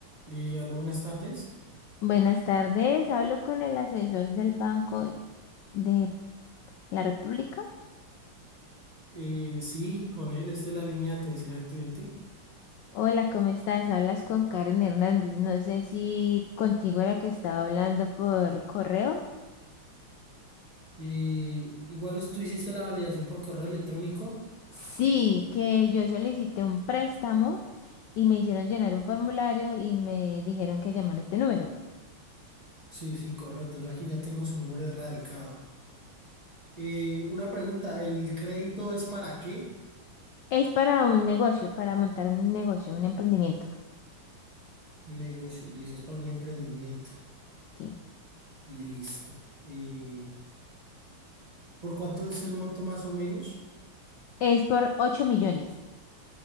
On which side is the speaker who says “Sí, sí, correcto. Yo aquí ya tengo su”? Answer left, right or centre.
Right